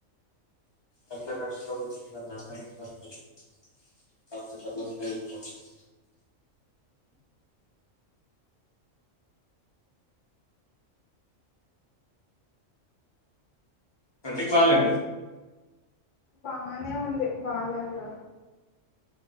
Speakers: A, on the left; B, on the left.
A: <inaudible> <inaudible> పెట్టించాల్లె
B: బాగనే ఉంది బాలేదు